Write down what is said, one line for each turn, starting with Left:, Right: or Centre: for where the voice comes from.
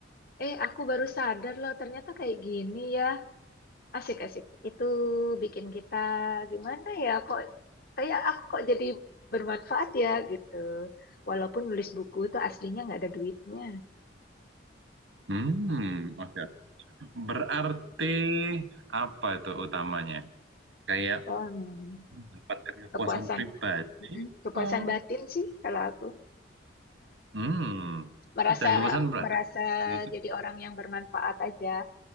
Left: eh aku baru sadar loh ternyata kayak gini ya. Asik, asik. Itu bikin kita gimana ya? Kok kayak aku kok jadi bermanfaat ya gitu. Walaupun nulis buku itu aslinya nggak ada duitnya.
Right: Hmm, oke, Berarti apa itu utamanya? Kayak
Left: Hmm,
Right: mendapatkan kepuasan
Left: kepuasan,
Right: pribadi.
Left: Mm, kepuasan
Right: Oh.
Left: batin sih kalau aku
Right: Hmm.
Left: merasa
Right: Dan kepuasan berarti
Left: merasa
Right: itu.
Left: jadi orang yang bermanfaat aja,